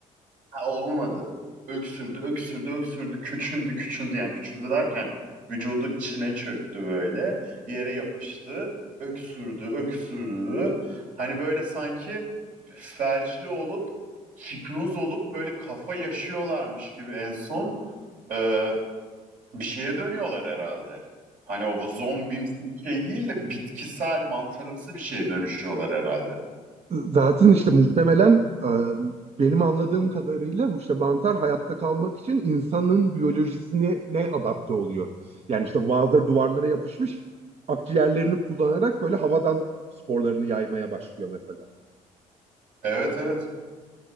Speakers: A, on the right; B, on the right.
A: Ha, olmadı. Öksürdü, öksürdü, öksürdü. Küçüldü, küçüldü. Yani küçüldü derken vücudu içine çöktü böyle. Bir yere yapıştı. Öksürdü, öksürdü. Hani böyle sanki felçli olup, hipnoz olup böyle kafa yaşıyorlarmış gibi en son e, bir şeye dönüyorlar herhalde. Hani o zombimsi bir şey değil de bitkisel, mantarımsı bir şeye dönüşüyorlar herhalde.
B: Zaten işte muhtemelen e, benim anladığım kadarıyla bu işte mantar hayatta kalmak için insanın biyolojisine ne adapte oluyor. Yani işte bazıları duvarlara yapışmış akciğerlerini kullanarak böyle havadan sporlarını yaymaya başlıyor mesela.
A: Evet evet.